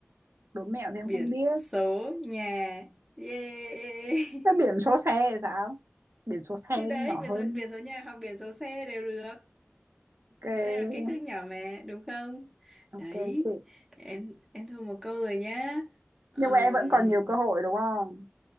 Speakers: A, on the right (about 70°); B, in the centre.
A: đố mẹo thì em
B: Biển
A: không biết
B: số nhà. Yeah.
A: sao
B: <laughs>
A: biển số xe thì sao biển số xe
B: Thì đấy,
A: nhỏ
B: biển
A: hơn
B: số, biển số nhà hoặc biển số xe đều được.
A: ok
B: Nói đây là ký thước nhỏ mà, đúng không?
A: ok
B: Đấy,
A: chị
B: em em thua một câu rồi nhá. Ừm,
A: nhưng mà em vẫn còn nhiều cơ hội đúng không